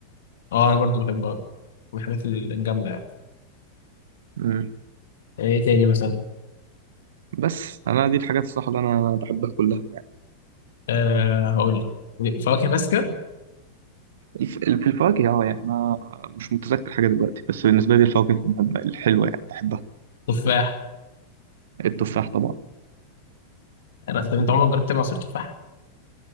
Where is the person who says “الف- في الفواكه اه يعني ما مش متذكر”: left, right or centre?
Right